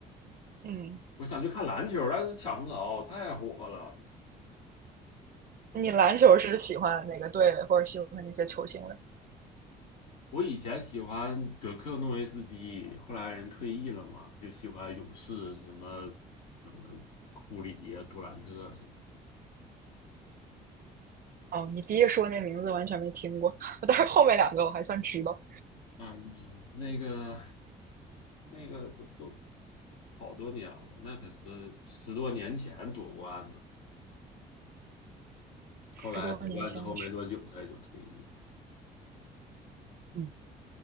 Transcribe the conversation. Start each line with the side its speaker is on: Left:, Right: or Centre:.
Right: 嗯，
Left: 我想去看篮球，但是抢不着，太火了。
Right: 你篮球是喜欢哪个队的，或者喜欢那些球星的？
Left: 我以前喜欢德克诺维斯基，后来人退役了嘛，就喜欢勇士什么什么库里呀、杜兰特啊什么。
Right: 哦，你第一说那名字完全没听过，<laughs> 但是后面两个我还算知道，
Left: 嗯，那个那个都都好多年了，那可是十多年前夺冠的，
Right: 十多年前我去。
Left: 后来夺冠之后没多久他也就退役。
Right: 嗯，